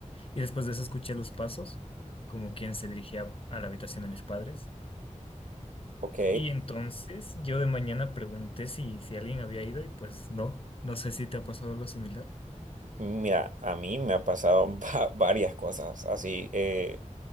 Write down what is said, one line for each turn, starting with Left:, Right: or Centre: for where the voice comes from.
Left: y después de eso escuché los pasos, como quien se dirigía a la habitación de mis padres.
Right: ok.
Left: Y entonces yo de mañana pregunté si, si alguien había ido y pues no, no sé si te ha pasado algo similar.
Right: Mira, a mí me ha pasado <laughs> va- varias cosas. Así, eh,